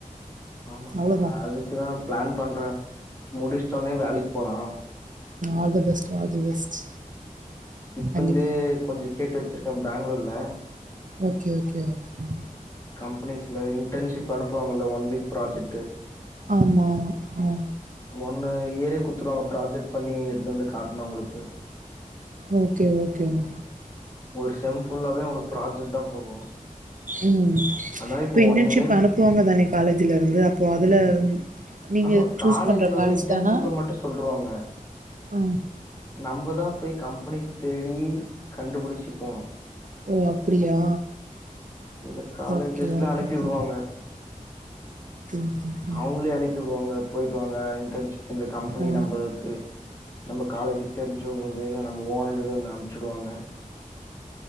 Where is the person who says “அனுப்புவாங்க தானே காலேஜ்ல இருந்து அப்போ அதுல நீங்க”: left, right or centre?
Right